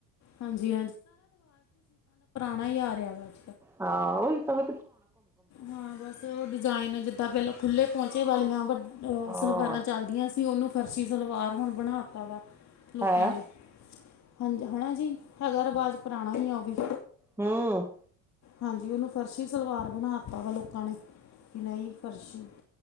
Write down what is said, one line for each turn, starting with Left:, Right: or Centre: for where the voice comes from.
Left: ਹਾਂਜੀ ਹੁਣ ਇਹੀ ਆ ਰਿਹਾ ਬਸ
Centre: ਹਾਂ ਉਹੀ ਤਾਂ ਮ
Left: ਹਾਂ ਬਸ ਉਹ ਡਿਜ਼ਾਇਨ ਜਿਦਾ ਪਹਿਲਾ ਖੁਲੇ ਪਹੁੰਚੇ ਵਾਲੀਆਂ ਵ ਉਹ
Centre: ਹਾਂ
Left: ਸਲਵਾਰਾਂ ਚੱਲਦੀਆਂ ਸੀ ਉਹਨੂੰ ਫਰਸ਼ੀ ਸਲਵਾਰ ਹੁਣ ਬਣਾ ਦਿਤਾ ਵਾ ਲੋਕਾ
Centre: ਹੈ
Left: ਨੇ ਹਾਂ ਹੈਨਾ ਜੀ ਹੈਗਾ ਰਿਵਾਜ਼ ਪੁਰਾਣਾ ਹੀ ਆ ਉਹ ਵੀ
Centre: ਹੂ-
Left: ਹਾਂਜੀ ਉਹਨੂੰ ਫਰਸ਼ੀ ਸਲਵਾਰ ਬਣਾ ਦਿਤਾ ਲੋਕਾ ਨੇ ਕਿ ਨਹੀ ਫਰਸ਼ੀ